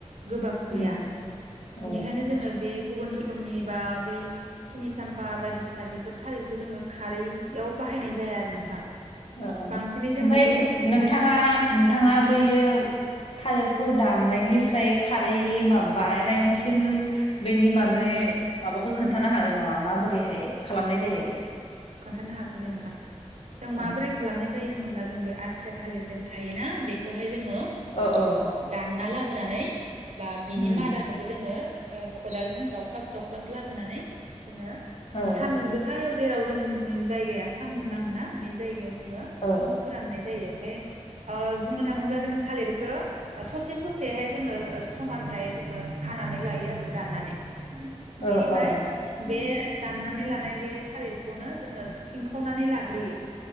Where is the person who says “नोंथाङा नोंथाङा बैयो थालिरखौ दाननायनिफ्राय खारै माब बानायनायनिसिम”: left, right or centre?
Left